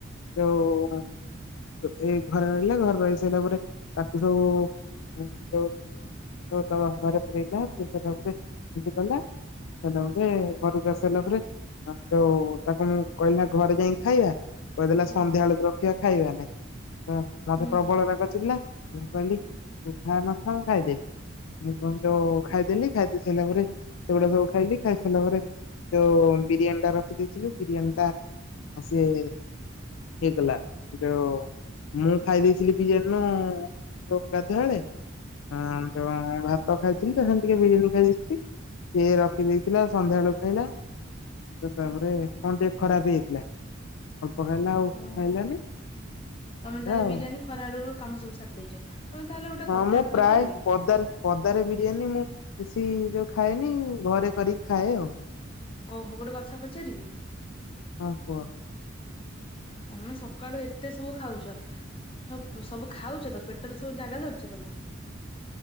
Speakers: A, on the left; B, on the left.
A: ଯୋଉ ଏଇ ଘରେ ରହିଲେ ଘରେ ରହି ସାରିଲା ପରେ ତାକୁ ସବୁ ଯୋ <unintelligible> ସେଲବରେ ଘରକୁ ଆସି ସରିଲାପରେ ହ ଯୋଉ ତାକୁ ମୁଁ କହିଲି ଘରେ ଯାଇକି ଖାଇବା। କହିଦେଲା
B: ହୁଁ
A: ସନ୍ଧ୍ୟା ବେଳକୁ ରଖିବା ଖାଇବାନାଇ ତ ମତେ
B: ହୁଁ
A: ପ୍ରବଳ ରାଗ ଚିଡିଲା। ମୁଁ କହିଲି ତୁ ଖା ନ ଖା ମୁ ଖାଇଦବି। ଜଉ ଖାଇଦେଲି ଖାଇଦେଇ ସାରିଲା ପରେ ସେଗୁଡା ସବୁ ଖାଇଲି ଖାଇସାରିଲା ପରେ ଯଉ ବିରିୟାନୀ ଟା ରଖି ଦେଇଥିଲୁ ବିରିୟାନୀ ଟା ଆ ସେ ହେଇଗଲା। ଯୋଉ ମୁଁ ଖାଇ ଦେଇଥିଲି ବିରିୟାନୁ ଯୋଉ ଗାଧୁଆବେଳେ। ହଁ ଯୋଉ ଭାତ ଖାଇଥିଲି ତା ଟିକେ ବିରିୟାନୀ ଖାଇ ଦେଇଥିଲି। ସିଏ ରଖିଦେଇଥିଲା ସନ୍ଧ୍ୟାବେଳୁ ଖାଇଲା। ଜୋ ତାପରେ କଣ ଟିକେ ଖରାପ ହେଇଥିଲା ଅଳ୍ପ ଖାଇଲା ଆଉ ଖାଇଲାନି।
B: ଓହୋ ତମେ ତାହେଲେ
A: ଆଉ।
B: ବିରିୟାନୀ ଖରା ବେଳରୁ କାମ ସବୁ ସାରି ଦେଇଛ। ତମେ ତାହେଲେ ଗୋଟେ
A: ହଁ
B: କଥା
A: ମୁଁ
B: ପଚାରିବି
A: ପ୍ରାୟ ପଦାରେ ପଦାରେ ବିରିୟାନୀ ମୁଁ ବେଶୀ ଯୋଉ ଖାଏନି ଘରେ କରିକି ଖାଏ ଆଉ।
B: ଓହୋ ଗୋଟେ କଥା ପଚାରିବି?
A: ହଁ କୁହ।
B: ତମେ ସକାଳୁ ଏତେ ସବୁ ଖାଉଛ। ହ ସବୁ ଖାଉଛ ତ ପେଟରେ ସବୁ ଜାଗା ଧରୁଛ ତମର।